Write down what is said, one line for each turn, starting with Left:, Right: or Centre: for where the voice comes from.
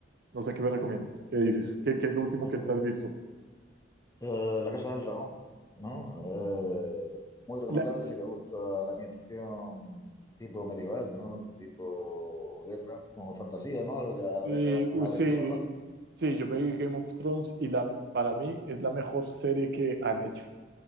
Right: No sé qué me recomiendas, qué dices, qué, qué es lo último
Left: Bueno,
Right: que estás visto.
Left: eh, La Casa del Dragón, ¿no? Eh, muy recomendable
Right: La,
Left: si te gusta la ambientación tipo medieval, ¿no? Tipo guerra, como fantasía, ¿no? Al, al
Right: eh,
Left: haber,
Right: uy,
Left: al haber
Right: sí,
Left: dragones.
Right: Sí, yo me vi Game of Thrones y la, para mí es la mejor serie que han hecho.